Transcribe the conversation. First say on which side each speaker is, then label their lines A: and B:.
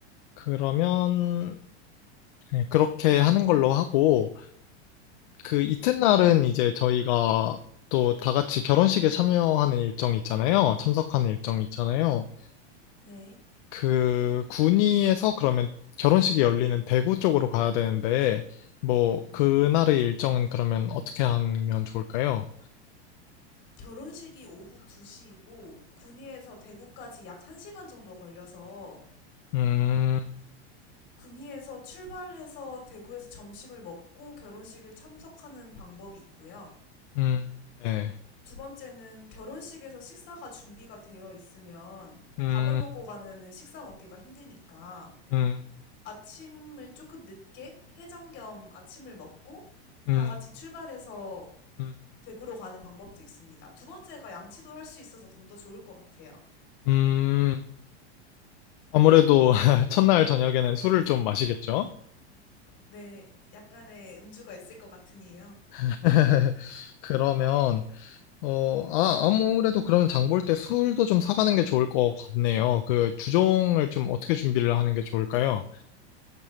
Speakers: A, on the left; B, on the left.
A: 그러면 네, 그렇게 하는 걸로 하고, 그 이튿날은
B: 네.
A: 이제 저희가 또 다 같이 결혼식에 참여하는 일정이 있잖아요. 참석하는 일정이 있잖아요.
B: 네.
A: 그 군위에서 그러면 결혼식이 열리는 대구 쪽으로 가야 되는데, 뭐,
B: 네.
A: 그날의 일정은 그러면 어떻게 하면 좋을까요?
B: 결혼식이 오후 2시이고 군위에서 대구까지 약 1시간 정도 걸려서
A: 음,
B: 군위에서 출발해서 대구에서 점심을 먹고 결혼식을 참석하는 방법이 있고요.
A: 음, 네.
B: 두 번째는 결혼식에서 식사가 준비가 되어 있으면
A: 음,
B: 밥을 먹고 가면은 식사 먹기가 힘드니까
A: 음,
B: 아침을 조금 늦게 해장 겸 아침을 먹고
A: 음,
B: 다 같이 출발해서
A: 음,
B: 댁으로 가는 방법도 있습니다. 두 번째가 양치도 할 수 있어서 좀 더 좋을 것 같아요.
A: 음. 아무래도 <laughs> 첫날 저녁에는 술을 좀 마시겠죠?
B: 네, 약간의 음주가 있을 것 같으니요.
A: <laughs> 그러면 어, 아, 아무래도 그러면 장볼 때 술도 좀 사가는 게 좋을 것 같네요. 그 주종을 좀 어떻게 준비를 하는 게 좋을까요?